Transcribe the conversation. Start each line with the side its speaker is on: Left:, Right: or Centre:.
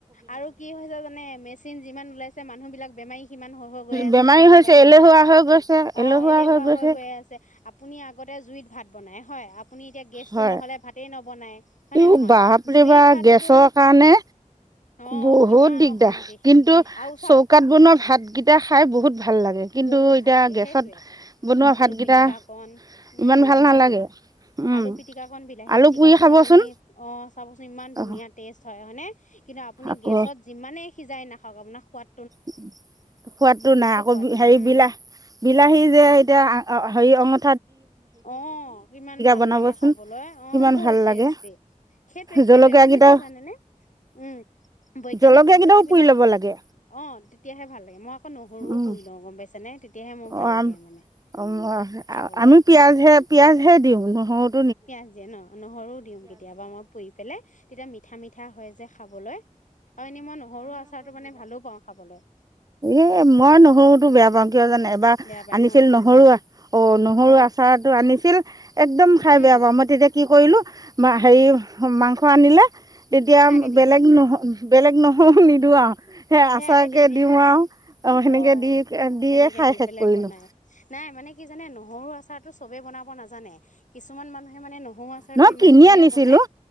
Left: আৰু কি হৈছে জানে, মেচিন যিমান ওলাইছে, মানুহ বিলাক বেমাৰী সিমান হৈ, হৈ গৈ আছে
Right: বেমাৰী
Left: যে। গম
Right: হৈছে
Left: পাইছে
Right: এলেহুৱা
Left: অ'
Right: হৈ গৈছে
Left: এলেহুৱা
Right: গৈছে
Left: হৈ গৈ আছে, আপুনি আগতে জুইত ভাত বনাই হয়, আ আপুনি এতিয়া, গেছটো
Right: হয়
Left: নহ'লে ভাতেই নবনাই হয়নে
Right: ইও
Left: নহয়।
Right: বাপৰে
Left: জুইৰ
Right: বা
Left: ভাতটো
Right: গেছৰ কাৰণে
Left: অ',
Right: বহুত
Left: কিমান
Right: দিগদাৰ
Left: অশান্তি,
Right: কিন্তু
Left: আৰু চাওঁক
Right: চৌকাত বনোৱা ভাতকেইটা খাই বহুত ভাল লাগে, কিন্তু
Left: বহুত
Right: এতিয়া
Left: ভাল লাগে
Right: গেছত
Left: সেইটোৱে
Right: বনোৱা
Left: আলু
Right: ভাতকেইটা,
Left: পিটিকা কণ উম
Right: ইমান ভাল
Left: সেইটোৱে
Right: নালাগে। উম
Left: আলু পিতিকাখন, বিলাহী
Right: আলু
Left: পিতিকা
Right: পুৰি
Left: খন,
Right: খাবচোন
Left: আপুনি অ', চাবচোন ইমান ধুনীয়া
Right: অ
Left: টেষ্ট হয়, হয়নে। কিন্তু, আপুনি
Right: আকৌ
Left: গেছত যিমানেই সিজাই নাখাওক আপোনাৰ সোৱাদ
Right: সোৱাদটো নাই, আকৌ
Left: সোৱাদ
Right: হেৰি
Left: উম
Right: বিলাহী বিলাহী যে, এতিয়া আ হেৰি অঙ
Left: অ', ইমান ভাল
Right: বনাবচোন
Left: লাগে খাবলৈ, অ',
Right: কিমান
Left: বহুত
Right: ভাল
Left: টেষ্টি।
Right: লাগে
Left: সেইটোৱে, সেইটোৱে
Right: জলকীয়াকেইটা
Left: মানে কি জানেনে, উম, বৈজ্ঞানিক
Right: জলকীয়াকেইটাও
Left: পদ্ধতি বিলাক
Right: পুৰি ল'ব লাগে
Left: অ', তেতিয়াহে ভাল লাগে, মই আকৌ নহৰুও
Right: উম
Left: পুৰি লওঁ গম পাইছে নে। তেতিয়াহে মোৰ ভাল
Right: অ',
Left: লাগে মানে
Right: অ',
Left: খাবলৈ
Right: আমি পিয়াজহে, পিয়াজহে দিওঁ নহৰুত।
Left: পিয়াঁজ দিয়ে ন, নহৰু দিওঁ কেতিয়াবা মই পুৰি পেলাই তেতিয়া মিঠা, মিঠা হয় যে খাবলৈ। অ', এনে মই, নহৰু আচাৰটো মানে ভালো পাওঁ খাবলে।
Right: এ মই নহৰুতো বেয়া পাওঁ, কিয় জানে, এবাৰ
Left: বেয়া পাই
Right: আনিছিল
Left: ন
Right: নহৰু অ', নহৰু
Left: অ
Right: আচাৰটো আনিছিল একদম খাই
Left: উম
Right: বেয়া পাওঁ মই তেতিয়া কি কৰিলোঁ বা হেৰি মাংস আনিলে তেতিয়া
Left: সেয়াকে দিয়ে
Right: বেলেগ নহ বেলেগ নহৰু নিদিওঁ আৰু সেই
Left: সেয়াকে
Right: আচাৰকে
Left: দি
Right: দিওঁ আৰু
Left: অ',
Right: সেনেকৈ দি দিয়ে
Left: সেনেকে
Right: খাই
Left: দি
Right: শেষ
Left: পেলাই
Right: কৰিলোঁ
Left: বনাই নাই মানে কি জানে নহ নহৰু আচাৰটো চবেই বনাব নাজানে কিছুমান মানুহে মানে নহৰু আচাৰটো
Right: নহয়
Left: ইমান
Right: কিনি
Left: ধুনীয়া
Right: আনিছিলোঁ
Left: বনায়